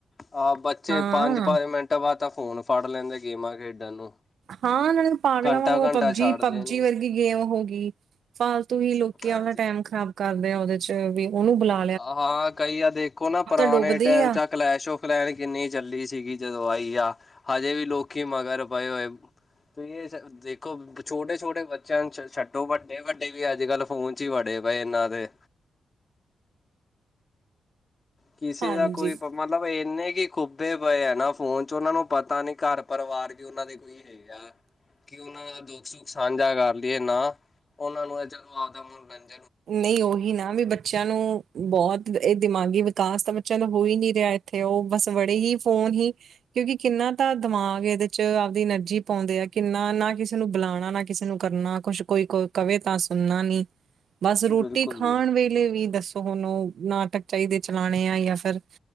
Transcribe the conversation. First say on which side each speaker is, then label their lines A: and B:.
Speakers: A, on the left; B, on the right.
A: ਆਹ ਬੱਚੇ
B: ਹਾਂ
A: ਪੰਜ ਪੰਜ ਮਿੰਟਾਂ ਬਾਦ ਤਾਂ ਫੋਨ ਫੜ ਲੈਂਦੇ ਗੇਮਾਂ ਖੇਡਣ ਨੂੰ।
B: ਹਾਂ ਨਾਲੇ ਪਾਗਲਾ
A: ਘੰਟਾ-ਘੰਟਾ
B: ਵਾਂਗੂ ਪਬ
A: ਛੱਡਦੇ
B: ਜੀ ਪਬ
A: ਨੀ
B: ਜੀ ਵਰਗੀ ਗੇਮ ਹੋ ਗਈ ਫਾਲਤੂ ਹੀ ਲੋਕੀ
A: ਹਾਂਜੀ।
B: ਆਪਣਾ ਟੈਮ ਖਰਾਬ ਕਰਦੇ ਆ ਉਹਦੇ ਚ ਵੀ ਉਹਨੂੰ ਬਲਾ
A: ਹਾਂ ਕਈ ਆ ਦੇਖੋ ਨਾ ਪੁਰਾਣੇ
B: ਡੁੱਬਦੇ
A: ਟੈਮ
B: ਹੀ
A: ਚ ਆ ਕਲੈਸ਼ ਹੋ ਪਲੈਨ ਕਿੰਨੀ ਚੱਲੀ ਸੀਗੀ ਜਦੋਂ ਆਈ ਆ ਹਜੇ ਵੀ ਲੋਕੀ ਮਗਰ ਪਏ ਹੋਏ। ਤੁਸੀ ਇਸ ਦੇਖੋ ਛੋਟੇ-ਛੋਟੇ ਬੱਚਿਆਂ ਨੂੰ ਛੱਡੋ ਬੱ ਵੱਡੇ ਵੀ ਅੱਜ ਕੱਲ੍ਹ ਫੋਨ ਚ ਹੀ ਵੜੇ ਪਏ ਇਹਨਾਂ ਦੇ ਕਿਸੇ
B: ਹਾਂਜੀ।
A: ਦਾ ਕੋਈ ਭ ਮਤਲਬ ਇੰਨੇ ਕੀ ਖੁੱਬੇ ਪਏ ਆ ਨਾ ਫੋਨ ਚ ਉਨਾ ਨੂੰ ਪਤਾ ਨੀ ਘਰ ਪਰਿਵਾਰ ਵੀ ਉਨਾਂ ਦੇ ਕੁ ਹੈਗਾ ਕਿ ਉਹਨਾਂ ਨਾਲ ਦੁੱਖ-ਸੁੱਖ ਸਾਂਝਾ ਕਰ ਲੀ ਏ ਨਾ ਉਹਨਾਂ ਨੂੰ ਐ ਚੱਲੋ ਆਪਦਾ ਫੋਨ <unintelligible>
B: ਨਹੀਂ ਉਹੀ ਨਾ ਵੀ ਬੱਚਿਆਂ ਨੂੰ ਬਹੁਤ ਇਹ ਦਿਮਾਗੀ ਵਿਕਾਸ ਤਾਂ ਬੱਚਿਆਂ ਦਾ ਹੋ ਹੀ ਨੀਂ ਰਿਹਾ। ਤੇ ਉਹ ਬਸ ਬੜੇ ਹੀ ਫੋਨ ਹੀ ਕਿਉਂਕਿ ਤਾਂ ਦਿਮਾਗ ਇਹਦੇ ਚ ਆਪਦੀ ਐਨਰਜੀ ਪੌਂਅਦੇ ਕਿੰਨਾ ਨਾ ਕਿਸੇ ਨੂੰ ਬੁਲਾਉਣਾ ਨਾ ਕਿਸੇ ਨੂੰ ਕਰਨਾ। ਕੁਛ ਕੋਈ ਕੋ ਕਵੇ ਤਾਂ ਸੁਣਨਾ ਨੀ। ਬਸ ਰੋਟੀ
A: ਬਿਲਕੁਲ
B: ਖਾਣ
A: ਜੀ
B: ਵੇਲੇ ਵੀ ਦੱਸੋ ਹੁਣ ਉਹ ਨਾਟਕ ਚਾਹੀਦੇ ਚਲਾਣੇ ਆ ਜਾਂ ਫਿਰ